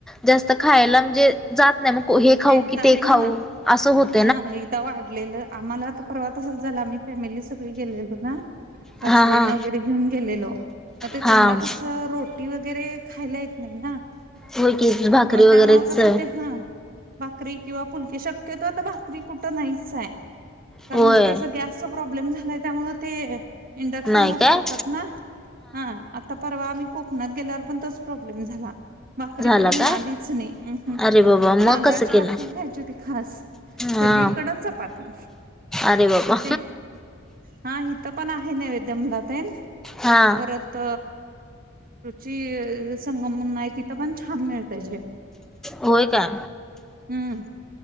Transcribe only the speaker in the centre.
जास्त खायला म्हणजे जात नाही मग हे खाऊ
की ते
खाऊ असं होत
हा हा
हा
होय की भाकरी
वगैरेच
हम्म
होय
नाही
काय
झाला
काय
अरे बाबा मग
कसं केलं
हा
अरे बाबा
हा
होय काय